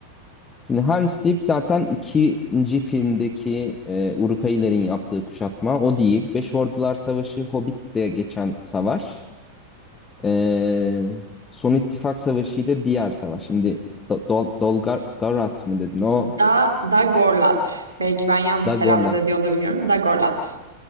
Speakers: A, on the left; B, on the right.
A: Şimdi Helm's Deep zaten ikinci filmdeki e, Uruk-hai yaptığı kuşatma. O değil. Beş Ordular Savaşı, Hobbit'te geçen savaş. Ee, Son İttifak Savaşı ile diğer savaş. Şimdi Do- Dol Dolgarat mı dedin? O
B: Da, Dagorlat. Belki ben yanlış
A: da
B: telaffuz
A: Gorlat.
B: ediyor olabiliyorum. Dagorlat.